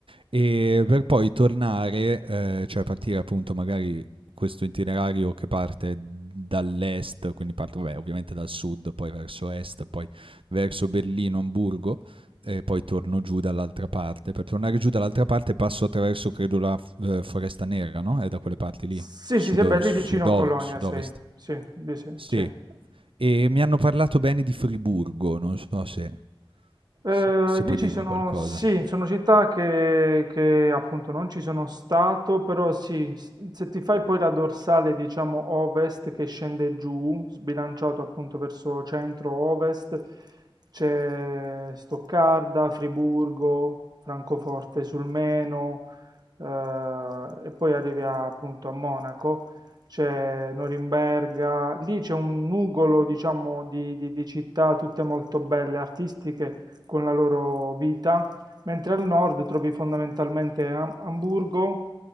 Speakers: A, on the right; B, on the right.
A: E per poi tornare, eh, cioè partire appunto magari questo itinerario che parte dall'est, quindi parte vabbè, ovviamente dal sud, poi verso est, poi verso Berlino, Amburgo, e poi torno giù dall'altra parte. Per tornare giù dall'altra parte passo attraverso, credo, la f- eh, Foresta Nera, no? È da quelle parti
B: sì,
A: lì, sud-
B: sì, sì, beh,
A: sudo-
B: lì vicino Colonia
A: sud-ovest.
B: sei. Sì, lì sì,
A: Sì.
B: sì.
A: E mi hanno parlato bene di Friburgo, non so se,
B: Eh,
A: se, se
B: lì
A: puoi
B: ci
A: dirmi
B: sono,
A: qualcosa.
B: sì, sono città che, che appunto non ci sono stato, però sì, s- se ti fai poi la dorsale, diciamo, ovest che scende giù, sbilanciato appunto verso centro-ovest, c'è Stoccarda, Friburgo, Francoforte sul Meno, eh, e poi arrivi a- appunto a Monaco, c'è Norimberga, lì c'è un nugolo, diciamo, di di- di città tutte molto belle, artistiche con la loro vita, mentre al nord trovi fondamentalmente Am- Amburgo,